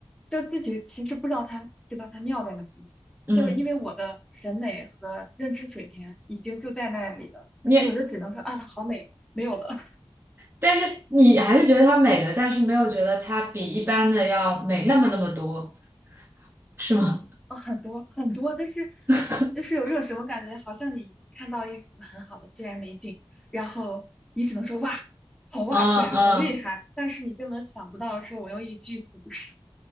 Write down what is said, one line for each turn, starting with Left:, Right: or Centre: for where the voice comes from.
Centre: 就自己其实不知道它知道它妙在哪里，
Right: 嗯嗯，
Centre: 就是因为我的审美和认知水平已经就在那里了。
Right: 你。
Centre: 所以我就只能说啊，好美，没有了
Right: 但是你还是觉得它美了，但是没有觉得它比一般的要美那么那么多，是吗？
Centre: 啊，很多很多，但是
Right: <laughs>
Centre: 就是有一种什么感觉，好像你看到一幅很好的自然美景，然后你只能说哇，好哇塞，
Right: 嗯嗯
Centre: 好厉害，但是你根本想不到说我用一句古诗，